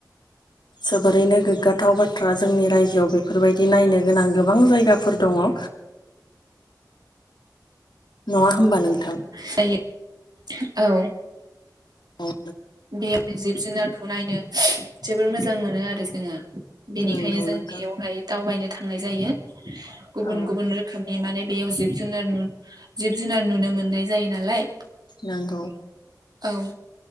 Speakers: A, on the left; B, on the right.
A: जोबोरैनो गोग्गाथाव बाथ्रा जोंनि रायजोआव बेफोरबायदि नायनो गोनां गोबां जायगाफोर दङ <inaudible> नङा होमबा नोंथां
B: जायो औ
A: औ
B: बे जिब जुनारखौ नायनो जोबोर मोजां मोनो आरो जोङो बेनिखायनो
A: नंगौ
B: जों
A: नोंथां
B: बेयावहाय दावबायनो थांनाय जायो गुबुन
A: औ
B: गुबुन रोखोमनि माने बेयाव जिब जुनार जिब जुनार नुनो मोननाय जायो नालाय
A: नंगौ
B: औ